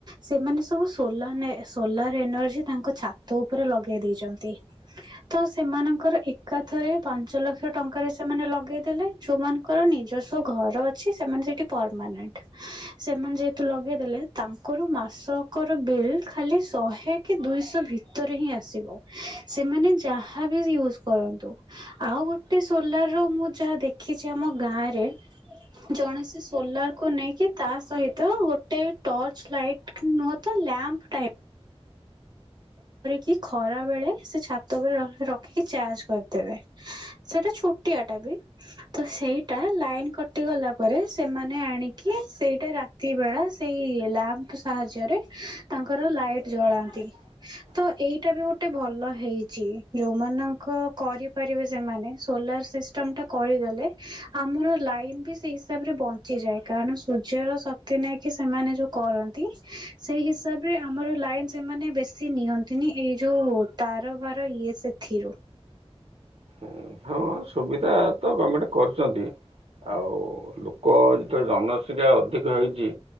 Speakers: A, on the right; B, on the right.
A: ସେମାନେ ସବୁ ସୋଲାନେ ସୋଲାର ଏନର୍ଜି ତାଙ୍କ ଛାତ ଉପରେ ଲଗେଇ ଦେଇଛନ୍ତି। ତ ସେମାନଙ୍କର ଏକାଥରେ ପାଞ୍ଚ ଲକ୍ଷ ଟଙ୍କାରେ ସେମାନେ ଲଗେଇ ଦେଲେ ଯୋଉମାନ ଙ୍କର ନିଜସ୍ଵ ଘର ଅଛି ସେମାନେ ସେଠି ପରମାନେଣ୍ଟ ସେମାନେ ଯେହେତୁ ଲଗେଇ ଦେଲେ ତାଙ୍କର ମାସକର ବିଲ୍ ଖାଲି ଶହେ କି ଦୁଇଶହ ଭିତରେ ହିଁ ଆସିବ। ସେମାନେ ଯାହାବି ୟୁଜ କରନ୍ତୁ ଆଉ ଗୋଟେ ସୋଲାର୍ ର ମୁଁ ଯାହା ଦେଖିଛି ଆମ ଗାଁରେ। ଜଣେ ସେ ସୋଲାର୍ କୁ ନେଇକି ତା ସହିତ ଗୋଟେ ଟର୍ଚ ଲାଇଟ୍ କୁ ମୋ ତ ଲ୍ୟାମ୍ପ ଟାଇପ୍। କି ଖରା ବେଳେ ସେ ଛାତ ଉପରେ ର ରଖିକି ଚାର୍ଜ କରିଦେବେ। ସେଇଟା ଛୋଟିଆ ଟା ବି। ତ ସେଇଟା ଲାଇନ୍ କଟି ଗଲା ପରେ ସେମାନେ ଆଣିକି ସେଇଟା ରା ତି ବେଳା ସେଇ ଲାମ୍ପ ସାହାଯ୍ୟରେ ତାଙ୍କର ଲାଇଟ୍ ଜଳାନ୍ତି।
B: ହଁ
A: ତ ଏଇଟା ବି ଗୋଟେ ଭଲ ହେଇଛି। ଯୋଉମାନଙ୍କ କରିପାରିବେ ସେମାନେ ସୋଲାର୍ ସି ଟା କରିଦେଲେ ଆମର ଲାଇନ୍ ବି ସେଇ ହିସାବରେ ବଞ୍ଚିଯାଏ କାରଣ ସୂର୍ଯ୍ୟର ଶ ନେଇକି ସେମାନେ ଯୋଉ କରନ୍ତି ସେଇ ହିସାବ ରେ ଆମର ଲାଇନ ସେମାନେ ବେ ଶୀ ନିଅନ୍ତିନି ଏଇ ଯୋଉ ତାରବାର ଇଏ ସେଥିରୁ।
B: ଉଁ ହଁ ସୁବିଧା ତ ଗମେଣ୍ଟ କରୁଛନ୍ତି। ଆଉ ଲୋକ ଯେତେବେଳେ ଜନସଂଖ୍ୟା ଅଧିକ ହେଇଛି।